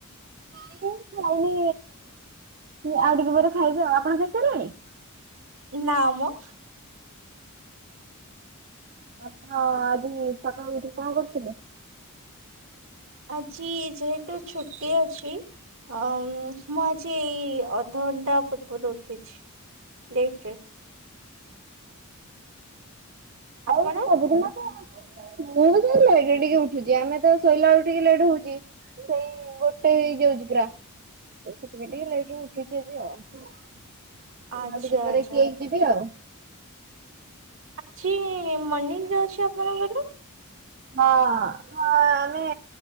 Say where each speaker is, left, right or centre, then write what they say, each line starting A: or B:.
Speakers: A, on the right (about 40°); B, on the right (about 65°).
A: ନାଇଁ ଖାଇନି ଆଉ ଟିକେ ପରେ ଖାଇବି ଆଉ। ଆପଣ ଖାଇସାରିଲେଣି?
B: ନାଁମ।
A: ଆପଣ ଆଜି ସକାଳୁ ଉଠି କଣ କରୁଥିଲେ?
B: ଆଜି ଯେହେତୁ ଛୁଟି ଅଛି ଅ ମୁଁ ଆଜି ଏଇ ଅଧଘଣ୍ଟା ପୂର୍ବରୁ ଉଠିଛି ଲେଟରେ।
A: ଆଉ
B: ଆପଣ?
A: ସବୁଦିନ ମୁଁ ବି ସେଇ ଲେଟରେ ଟିକେ ଉଠୁଛି ଆମେ ତ ଶୋଇଲା ବେଳକୁ ଟିକେ ଲେଟ୍ ହୋଉଛି ସେଇ ଗୋଟେ ହେଇଯାଉଛି ପୁରା। ସେଥିପାଇଁ ଟିକେ ଲେଟରେ ଉଠିଛି ଆଜି ଆଉ।
B: ଆଚ୍ଛା
A: ଏ ଆଉ ଟିକେ ପରେ
B: ଆଚ୍ଛା
A: କି ଏଇ ଯିବି ଆଉ।
B: ଅଛି ମର୍ଣ୍ଣିଂରେ ଅଛି ଆପଣଙ୍କର?
A: ହଁ ଆମେ